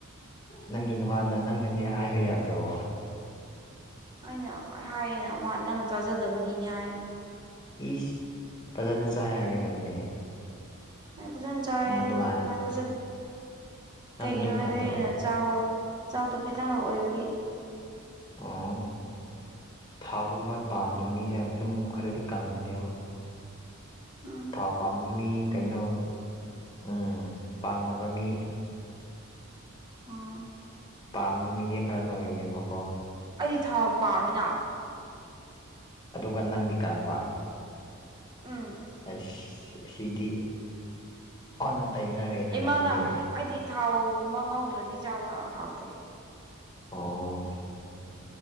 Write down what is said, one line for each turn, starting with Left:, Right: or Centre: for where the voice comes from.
Left: ꯅꯪꯉꯤ ꯅꯃꯥꯗ ꯅꯪꯅꯅꯦ ꯍꯥꯏꯕ ꯌꯥꯗ꯭ꯔꯣ
Right: ꯑꯩꯅ ꯍꯥꯏꯌꯦꯅ ꯃꯥ ꯅꯪꯅ ꯆꯥꯖꯗꯕꯒꯤꯅꯦ ꯍꯥꯏꯌꯦ
Left: ꯏꯁ ꯐꯖꯅ ꯆꯥꯏ ꯍꯥꯏꯒꯗꯕꯅꯦ
Right: ꯑꯩ ꯐꯖꯅ ꯆꯥꯏꯌꯦ
Left: ꯅꯪ ꯑꯗꯨꯃꯥꯏ
Right: ꯑꯗꯨ ꯃꯥ ꯊꯥꯖꯗꯦ ꯀꯩꯒꯤꯅꯣ
Left: ꯅꯪ ꯑꯗꯨꯝ
Right: ꯍꯥꯏꯗꯤ
Left: ꯍꯥꯏꯗ꯭ꯔꯣ
Right: ꯑꯩꯅ ꯆꯥꯕ ꯆꯥꯛꯇꯣ ꯈꯤꯇꯪꯪꯉꯛ ꯑꯣꯏꯕꯒꯤ
Left: ꯑꯣ ꯊꯥꯎꯒꯨꯝꯕ ꯄꯥꯝꯗꯕ ꯃꯤꯖꯦ ꯑꯗꯨꯝ ꯈꯔꯗꯤ ꯀꯪꯕꯅꯦꯕꯣ
Right: ꯎꯝ
Left: ꯊꯥꯎ ꯄꯥꯝꯕ ꯃꯤ ꯀꯩꯅꯣ ꯎꯝ ꯄꯥꯝꯗꯕ ꯃꯤ
Right: ꯑꯣ
Left: ꯄꯥꯝꯕ ꯃꯤꯗꯤ ꯈꯔ ꯅꯣꯏꯕꯅꯦꯕꯀꯣ
Right: ꯑꯩꯗꯤ ꯊꯥꯎ ꯄꯥꯝꯃꯤꯅ
Left: ꯑꯗꯨꯒ ꯅꯪꯗꯤ ꯀꯪꯕ
Right: ꯎꯝ
Left: ꯑꯩꯁ ꯑꯁꯤꯗꯤ ꯑꯣꯟꯅ ꯇꯩꯅꯔꯦꯗꯅ
Right: ꯏꯃꯥꯗ
Left: ꯁꯤꯗꯤ
Right: ꯑꯩꯗꯤ ꯊꯥꯎꯒꯨꯝꯕ ꯉꯧꯗ꯭ꯔꯗꯤ ꯆꯥꯕ ꯍꯥꯎꯇꯦ
Left: ꯑꯣ <unintelligible>